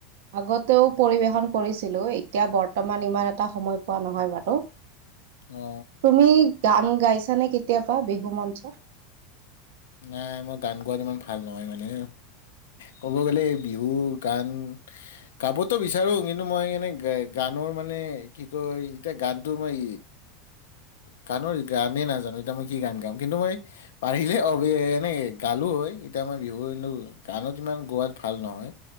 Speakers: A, on the right (about 60°); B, on the left (about 70°).
A: আগতেও পৰিবেশন কৰিছিলো এতিয়া বৰ্তমান ইমান এটা সময় পোৱা নহয় বাৰু
B: অ
A: তুমি গান গাইছা <unintelligible> নে কেতিয়াবা বিহু মঞ্চ
B: নাই মই গান গোৱাত ইমান ভাল নহয় মানে ক'ব গ'লে বিহু গান গাবতো বিচাৰো কিন্তু মই মানে গানৰ মানে কি কয় এতিয়া গানটো মই গানৰ গানেই নাজানো এতিয়া মই কি গান গাম কিন্তু মই পাৰিলে মই এনে গালো হয়, এতিয়া মই বিহু, কিন্তু গানত ইমান গোৱাত ভাল নহয়,